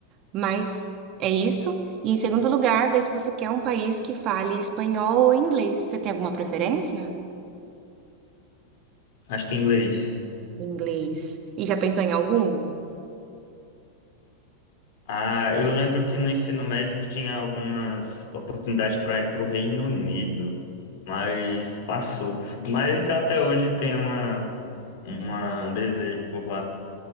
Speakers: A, on the right; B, on the left.
A: Mas é isso. E em segundo lugar, ver se você quer um país que fale espanhol ou inglês. Você tem alguma preferência?
B: Acho que inglês.
A: Inglês. E já pensou em algum?
B: Ah, eu lembro que no ensino médio tinha algumas oportunidades para ir para o Reino Unido, mas passou. Mas até hoje tem uma, uma- um desejo por lá.